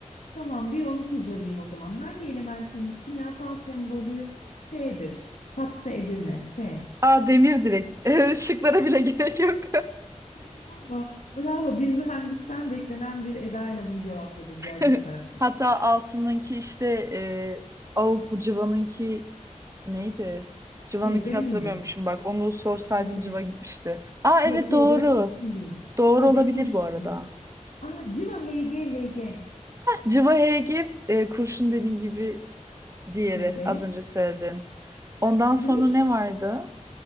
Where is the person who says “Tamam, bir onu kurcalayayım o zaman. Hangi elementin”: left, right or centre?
Left